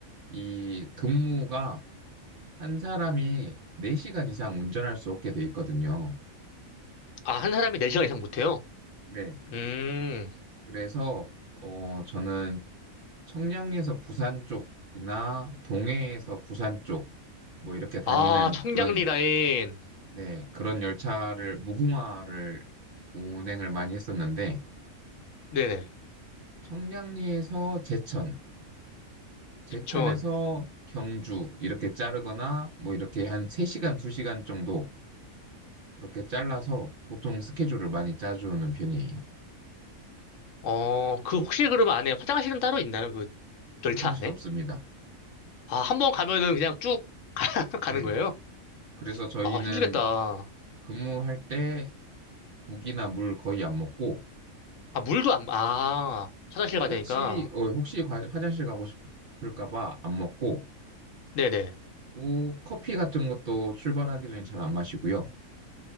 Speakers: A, on the right; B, on the left.
A: 이 근무가 한 사람이 4시간 이상 운전할 수 없게 돼 있거든요.
B: 아, 한 사람이 4시간 이상 못해요?
A: 네.
B: 음,
A: 그래서 어 저는 청량리에서 부산 쪽이나 동해에서 부산 쪽 뭐 이렇게 다니는
B: 아, 청량리
A: 그런
B: 라인.
A: 네 그런 열차를 무궁화를 운행을 많이 했었는데
B: 네네,
A: 청량리에서 제천, 제천에서
B: 부천.
A: 경주 이렇게 자르거나 뭐 이렇게 한 3시간, 2시간 정도 그렇게 잘라서 보통 스케줄을 많이 짜주는 편이에요.
B: 어, 그 혹시 그러면 안에 화장실은 따로 있나요? 그 열차
A: 화장실
B: 안에?
A: 없습니다.
B: 아, 한 번 가면은 그냥 쭉 <laughs> 가는
A: 네.
B: 거예요?
A: 그래서 저희는
B: 아, 힘들겠다.
A: 근무할 때 국이나 물 거의 안 먹고
B: 아, 물도 안, 아, 화장실 가야
A: 혹시
B: 되니까.
A: 어, 혹시 화- 화장실 가고 싶을까 봐 안 먹고
B: 네네.
A: 그리고 커피 같은 것도 출발하기 전에 잘 안 마시고요.